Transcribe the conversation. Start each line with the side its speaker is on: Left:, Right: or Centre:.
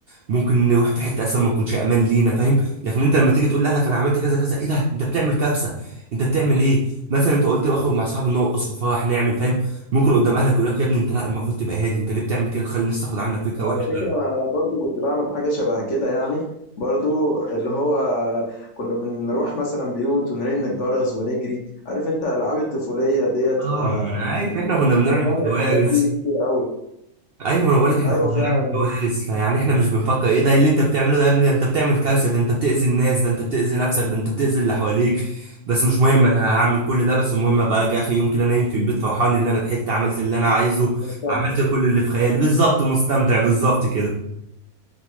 Right: ممكن نروح في حته اصلا ما تكونش امان لينا فاهم لكن انت لما تيجي تقول لاهلك انا عملت كذا كذا ايه ده انت بتعمل كارثه انت بتعمل ايه مثلا انت قلت بخرج مع اصحابي نرقص في فرح نعمل فاهم ممكن قدام اهلك يقول لك يا ابني انت لا المفروض تبقى هادي انت ليه بتعمل كده تخلي الناس تاخد عنك فكره
Left: على
Right: وحشه
Left: فكره انا برضو كنت بعمل حاجه شبه كده يعني برضو اللي هو كنا بنروح مثلا بيوت ونرن الجرس ونجري عارف انت العاب الطفوليه ديت
Right: اه
Left: فيعني
Right: ما انا عارف احنا كنا بنعمل
Left: بنعمل
Right: كوارث
Left: الحاجات دي كتير قوي
Right: ايوه انا بقول لك احنا
Left: ايوه
Right: كنا
Left: فعلا
Right: بنعمل كوارث فيعني احنا مش بنفكر ايه ده إيه اللي انت بتعمله ده يا ابني ده انت بتعمل كارثه ده انت بتاذي الناس ده انت بتاذي نفسك ده انت بتاذي اللي حواليك بس مش مهم انا هعمل كل ده بس المهم ابقى اجي اخر يوم كده نايم في البيت فرحان ان انا ضحكت عملت اللي انا عايزه
Left: مستمتع
Right: عملت كل اللي في خيالي بالظبط مستمتع بالظبط كده